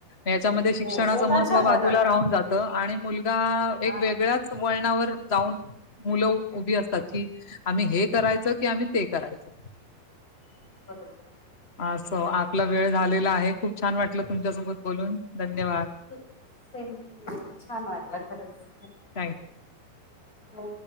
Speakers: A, on the left; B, on the left.
A: याच्यामध्ये शिक्षणाचं
B: हो ओघाच्या
A: महत्त्व बाजूला
B: भरात
A: राहून जातं आणि मुलगा
B: हा
A: एक वेगळ्याच वळणावर जाऊन मुलं उभी असतात कि आम्ही हे करायचं कि आम्ही ते करायच
B: बरोबर
A: असो आपला वेळ झालेला आहे खूप छान वाटलं तुमच्यासोबत बोलून धन्यवाद
B: हो.. सेंधू येऊन छान वाटला खरंच
A: थँक्यू
B: हो